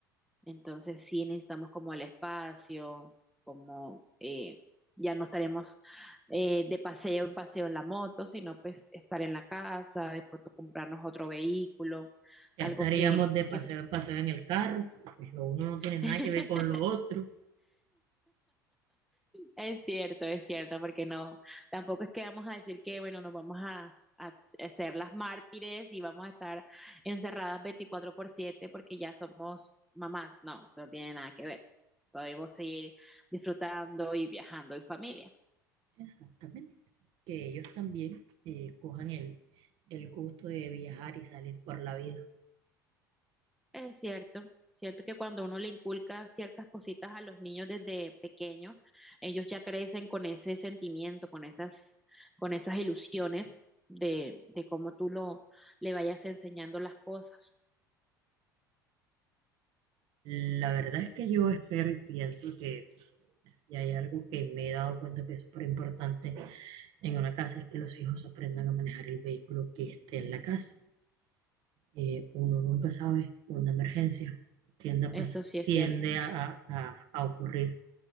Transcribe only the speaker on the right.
Ya
estaríamos
de paseo
en paseo en el carro, pues lo uno no tiene nada
que ver con lo otro.
Exactamente. Que ellos también eh, cojan el, el gusto de viajar y salir por la vida.
La verdad es que yo espero y pienso que si hay algo que me he dado cuenta que es súper importante en una casa es que los hijos aprendan a manejar el vehículo que esté en la casa. Eh, uno nunca sabe una emergencia tiende a,
pas-
tiende
a, a- a ocurrir